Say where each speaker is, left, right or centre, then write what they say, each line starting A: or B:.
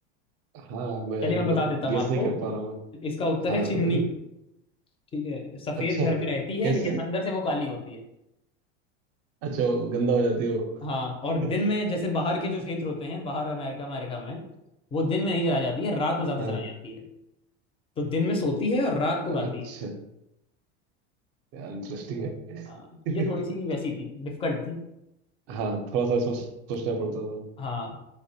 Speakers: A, on the right; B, on the left.
A: हाँ मैं
B: चलिए
A: मतलब
B: मैं बता देता हूँ
A: गेस
B: आपको
A: नहीं कर पा रहा हूँ
B: इसका उत्तर
A: हाँ
B: है चिमनी
A: बताइए
B: ठीक है सफेद
A: अच्छा
B: घर में
A: कै-
B: रहती है
A: कैसे
B: लेकिन अंदर से वो काली होती है
A: अच्छा वो गंदा हो जाती हो
B: हाँ और दिन
A: <laughs>
B: में जैसे बाहर के जो क्षेत्र होते हैं बाहर अमेरिका अमेरिका में वो दिन में नहीं जलाई जाती है रात में ज्यादा
A: हाँ
B: जलाई जाती है तो दिन में सोती है और रात को
A: अच्छा
B: गाती है
A: यार इंटरेस्टिंग है
B: हाँ
A: <laughs>
B: ये थोड़ी सी वैसी थी डिफिकल्ट थी
A: हाँ थोड़ा सा इसमें सोचना पड़ता था
B: हाँ